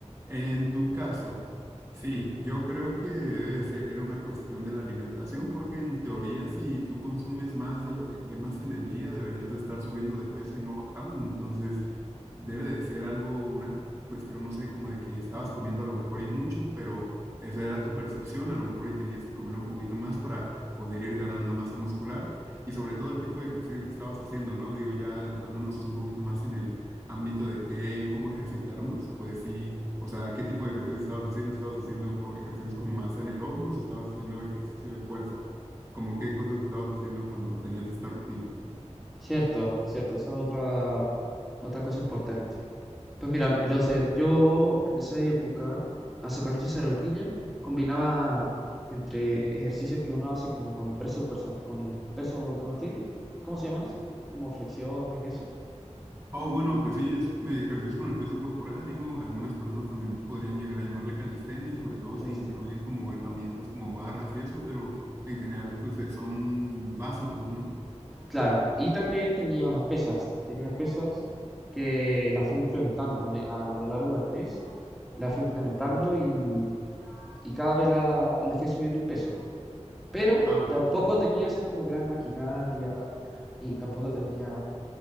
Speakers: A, on the right; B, in the centre.
A: En tu caso, sí, yo creo que debe de ser una cuestión de la alimentación, porque en teoría si tú consumes más de lo que quemas en el día, deberías de estar subiendo de peso y no bajando. Entonces, debe de ser algo, una cuestión, no sé, como de que estabas comiendo a lo mejor y mucho, pero esa era tu percepción, a lo mejor y tenías que comer un poquito más para poder ir ganando masa muscular y sobre todo el tipo de ejercicio que estabas haciendo, ¿no? Digo, ya adentrándonos un poquito más en el ámbito de qué, cómo ejercitarnos, pues sí, o sea, ¿qué tipo de ejercicios estabas haciendo? ¿Estabas haciendo ejercicios como más anaeróbicos o estabas haciendo ejercicio de fuerza? ¿como qué cosas estabas haciendo cuando tenías esta rutina?
B: Cierto, cierto, esa es otra, otra cosa importante. Pues mira, lo sé, yo en esa época, hace cuando hice esa rutina, combinaba entre ejercicios que uno hace como con el peso, con el peso que uno tiene, ¿cómo se llaman eso? Como flexiones y eso,
A: Oh, bueno, pues sí, es me- ejercicios con el peso corporal, digo, algunas personas también podrían llegar a llamarle calistenia, sobre todo
B: calistenia.
A: si incluyen como herramientas como barras y eso, pero en general pues eh, son básicos, ¿no?
B: Claro, y también tenía unas pesas, tenía unas pesas que las fui implementando me- a lo largo del mes, las fui implementando
A: Ujú.
B: y, y cada vez la, le fui subiendo el peso, pero
A: Ah, ok,
B: tampoco
A: ok.
B: tenía así como gran maquinaria y tampoco tenía